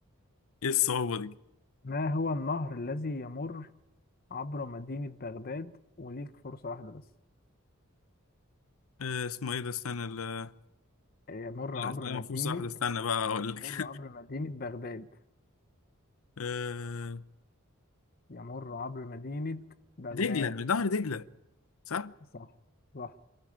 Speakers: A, on the left; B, on the left.
A: ايه الصعوبه دي
B: ما هو النهر الذي يمر عبر مدينة بغداد وليك فرصة واحدة بس
A: آه اسمه ايه ده استنى ال-
B: يمر
A: لا
B: عبر
A: استنى
B: مدينة
A: المفروض صح ده استنى بقى اقول
B: يمر
A: لك <laughs>
B: عبر مدينة بغداد
A: آه
B: يمر عبر مدينة بغداد
A: دجله ظهر دجله صح
B: صح صح